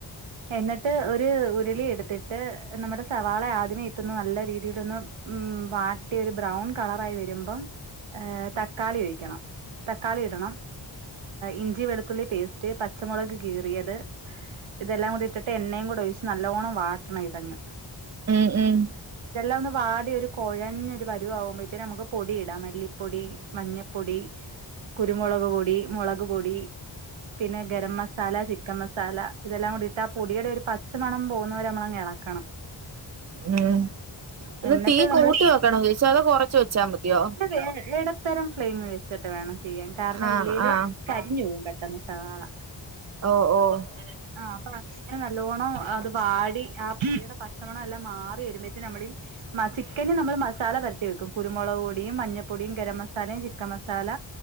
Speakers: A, on the right; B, on the right.
A: എന്നിട്ട് ഒരു ഉരുളി എടുത്തിട്ട് നമ്മുടെ സവാള ആദ്യമേ ഇട്ടൊന്ന് നല്ല രീതിലൊന്ന് ഉം വാട്ടിയൊരു ബ്രൗൺ കളറായി വരുമ്പം ഏഹ് തക്കാളി ഒഴിക്കണം തക്കാളി ഇടണം ഇഞ്ചി വെളുത്തുള്ളി പേസ്റ്റ് പച്ചമുളക് കീറിയത് ഇതെല്ലാം കൂടി ഇട്ടിട്ട് എണ്ണയും കൂടെ ഒഴിച്ച് നല്ലോണ്ണം വാട്ടണം ഇതങ്ങ്
B: ഉം, ഉം.
A: ഇതെല്ലാം ഒന്ന് വാടി ഒരു കൊഴഞ്ഞൊരു പരുവാമ്പോഴ്ത്തേന് നമുക്ക് പൊടി ഇടാം മല്ലിപ്പൊടി. മഞ്ഞപ്പൊടി, കുരുമുളക്പൊടി, മുളക് പൊടി. പിന്നെ ഗരമസാല, ചിക്ക്കംമസാല ഇതെല്ലാം കൂടിയിട്ട് ആ പൊടിയുടെ ഒരു പച്ച. ച്ച മണം പോകുന്നവരെ നമ്മളങ് എളക്കണം.
B: ഉം അല്ല
A: എന്നിട്ട്
B: തീ
A: നമ്മള്
B: കൂട്ടി വെക്കണോ ചേച്ചി അതോ കൊറച്ച് വെച്ചാ മതിയോ.
A: <unintelligible> ഇടത്തരം ഫ്ലെയിമ് വെച്ചിട്ട് വേണം ചെയ്യാൻ കാരണം
B: ആഹ്
A: ഇല്ലേല്
B: ആഹ്
A: കരിഞ്ഞ് പോവും പെട്ടെന്ന് സവാള
B: ഓഹ് ഓഹ്
A: ആതെ ആഹ് പ. <inaudible> അങ്ങനെ നല്ലോണ്ണം അത് വാടി ആ പൊടിയുടെ പച്ചമണം എല്ലാം മാറി വരുമ്പഴ്ത്തേ നമ്മളീ. മഹ് ചിക്കന് നമ്മള് മസാല പരത്തി വെക്കും കുരുമുളക് പൊടിയും, മഞ്ഞപ്പൊടിയും, ഗര മസാലയും ചിക്കം മസാല.